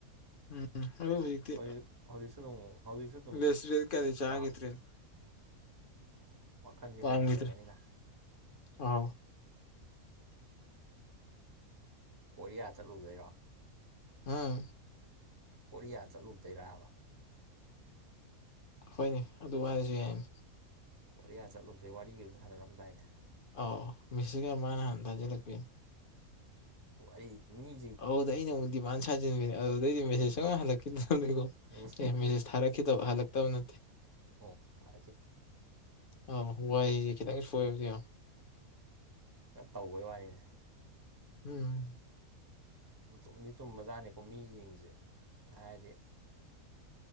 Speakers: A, on the left; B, on the right.
A: ꯎꯝ ꯑꯗꯨ ꯍꯧꯖꯤꯛꯇꯤ
B: ꯍꯧꯖꯤꯛ ꯍꯧꯖꯤꯛꯁꯨ ꯑꯗꯨꯝ ꯍꯧꯖꯤꯛꯁꯨ ꯑꯗꯨꯝ
A: ꯦꯁ ꯔꯦꯜ ꯀꯌꯥꯗ ꯆꯥꯈꯤꯦꯗ꯭ꯔꯦꯅ
B: ꯄꯥꯝꯃꯤ ꯋꯥꯈꯟꯗꯤ
A: ꯄꯥꯝꯈꯤꯗ꯭ꯔꯦ
B: ꯍꯣꯡꯗ꯭ꯔꯕꯅꯤꯅ
A: ꯑꯥꯎ
B: ꯀꯣꯔꯤꯌꯥ ꯆꯠꯂꯨꯗꯣꯏꯔꯣ
A: ꯎꯝ
B: ꯀꯣꯔꯤꯌꯥ ꯆꯠꯂꯨꯗꯣꯏꯔꯕ
A: ꯍꯣꯏꯅꯦ ꯑꯗꯨ ꯋꯥꯔꯁꯨ ꯌꯥꯏꯅꯤ
B: ꯀꯔꯤꯌꯥ ꯆꯠꯂꯨꯕꯗꯩ ꯋꯥꯔꯤꯒꯁꯨ ꯁꯥꯟꯅꯔꯝꯗꯥꯏꯅꯦ
A: ꯑꯣ ꯃꯤꯁꯤꯒꯦ ꯃꯅꯍꯥꯟꯗꯖꯤ ꯂꯄꯤ
B: ꯋꯥꯔꯤ ꯃꯤ
A: ꯑꯗ ꯑꯩꯅ ꯑꯃꯨꯛ ꯗꯤꯃꯥꯟ ꯁꯥꯖꯤꯟꯕꯅꯦ ꯑꯗꯨꯗꯩꯗꯤ ꯃꯦꯁꯦꯖ
B: ꯎꯝ
A: ꯆꯪꯉ ꯍꯜꯂꯛꯀꯗ꯭ꯔꯅꯤꯀꯣ
B: ꯎꯝ
A: ꯑꯦ ꯃꯦꯁꯦꯖ ꯊꯥꯔꯛ ꯇꯕ ꯍꯜꯂꯛꯇꯕ ꯅꯠꯇꯦ
B: ꯑꯣ ꯊ
A: ꯑ ꯋꯥꯏꯁꯦ ꯈꯤꯇꯪ ꯁꯣꯏꯦꯕꯗꯤ
B: ꯈꯔ ꯇꯧꯕꯩ ꯋꯥꯅꯤꯅꯦ
A: ꯎꯝ
B: ꯇꯨꯝꯗꯤ ꯇꯨꯝꯕꯖꯥꯠꯅꯤꯀꯣ ꯃꯤꯁꯤꯡꯁꯦ ꯍꯥꯏꯔꯗꯤ